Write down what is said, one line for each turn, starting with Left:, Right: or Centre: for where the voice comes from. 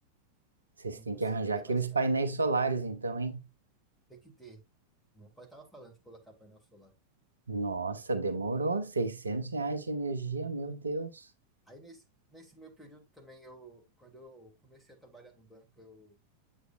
Right: Vocês
Centre: É um
Right: têm
Centre: custo
Right: que arranjar
Centre: de vida
Right: aqueles
Centre: mais caro.
Right: painéis solares, então, hein?
Centre: Tem que ter. Meu pai tava falando de colocar painel solar.
Right: Nossa, demorou. 600 reais de energia, meu Deus.
Centre: Aí nesse, nesse meu período também eu, quando eu comecei a trabalhar no banco, eu,